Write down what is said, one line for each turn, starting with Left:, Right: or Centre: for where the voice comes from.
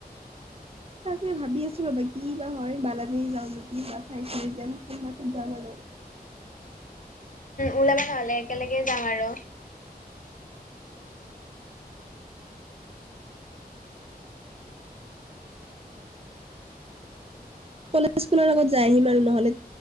Right: তাকে ভাবি আছো ৰ'বা কি বা হয় বালাজানী যাওঁ নেকি বা চাই চাই যাম ক কত যাম আৰু
Left: ওলাবা নহ'লে একেলগে যাওঁ আৰু
Right: কলেজ স্কুলৰ আগত যাই আহিম আৰু নহ'লে